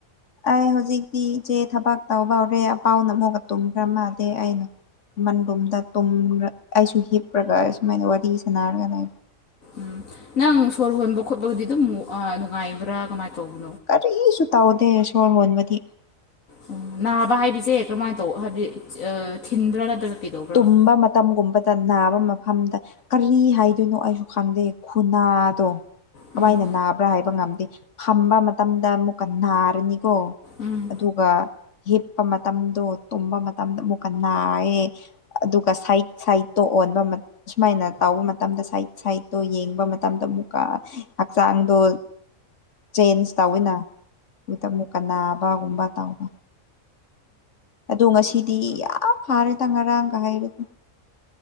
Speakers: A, on the left (about 65°); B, on the left (about 80°).
A: ꯑꯩ ꯍꯧꯖꯤꯛꯇꯤ ꯏꯆꯦ ꯊꯕꯛ ꯇꯧꯕ ꯍꯧꯔꯦ ꯑꯄꯥꯎꯅ ꯑꯃꯨꯛꯒ ꯇꯨꯝꯈ꯭ꯔ ꯃꯥꯥꯜꯂꯦ ꯑꯩꯅ ꯀꯃꯟ ꯔꯨꯝꯗ ꯇꯨꯝꯔꯛ ꯑꯩꯁꯨ ꯍꯤꯞꯔꯒ ꯁꯨꯃꯥꯏꯅ ꯋꯥꯔꯤ ꯁꯥꯟꯅꯔꯒ ꯂꯩ
B: ꯎꯝ ꯅꯪ ꯁꯣꯔ ꯍꯣꯟꯕ ꯈꯣꯠꯄꯒꯗꯤ ꯑꯗꯨꯝ ꯅꯨꯡꯉꯥꯏꯕ꯭ꯔꯥ ꯀꯃꯥꯏꯅ ꯇꯧꯕ
A: ꯀꯔꯤꯁꯨ ꯇꯧꯗꯦ ꯁꯣꯔ ꯍꯣꯟꯕꯗꯤ
B: ꯑꯣ ꯅꯥꯕ ꯍꯥꯏꯕꯁꯦ ꯀꯔꯝꯍꯥꯏꯅ ꯇꯧ ꯍꯥꯏꯕꯗꯤ ꯊꯤꯟꯕ꯭ꯔꯥ ꯅꯠꯇ꯭ꯔꯒ ꯀꯩꯗꯧꯕ꯭ꯔꯕ
A: ꯇꯨꯝꯕ ꯃꯇꯝꯒꯨꯝꯕꯗ ꯅꯥ ꯃꯐꯝꯗ ꯀꯔꯤ ꯍꯥꯏꯗꯣꯏꯅꯣ ꯑꯩꯁꯨ ꯈꯪꯗꯦ ꯈꯨꯅꯥꯗꯣ ꯀꯃꯥꯏꯅ
B: ꯎꯝ
A: ꯅꯥꯕ꯭ꯔꯥ ꯍꯥꯏꯕ ꯉꯝꯗꯦ ꯐꯝꯕ ꯃꯇꯝꯗ ꯑꯃꯨꯛꯀ ꯅꯥꯔꯅꯤ ꯀꯣ
B: ꯎꯝ
A: ꯑꯗꯨꯒ ꯍꯤꯞꯄ ꯃꯇꯝꯗꯣ ꯇꯨꯝꯕ ꯃꯇꯝꯗ ꯑꯃꯨꯛꯀ ꯅꯥꯏꯌꯦ ꯑꯗꯨꯒ ꯁꯥꯏꯠ ꯁꯥꯏꯠꯇꯣ ꯑꯣꯟꯕ ꯃ ꯁꯨꯃꯥꯏꯅ ꯇꯥꯎꯕ ꯃꯇꯝꯗ ꯁꯥꯏꯠ ꯁꯥꯏꯠꯇꯣ ꯌꯦꯡꯕ ꯃꯇꯝꯗ ꯀꯥ ꯍꯛꯆꯥꯡꯗꯣ ꯆꯦꯟꯖ ꯇꯧꯋꯤꯅ ꯑꯗꯨꯗ ꯑꯃꯨꯛꯀ ꯅꯥꯕꯒꯨꯝꯕ ꯇꯧꯕ ꯑꯗꯣ ꯉꯁꯤꯗꯤ ꯌꯥꯝ ꯐꯥꯔꯦ ꯗ ꯉꯔꯥꯡꯒ ꯍꯥꯏꯔꯗꯤ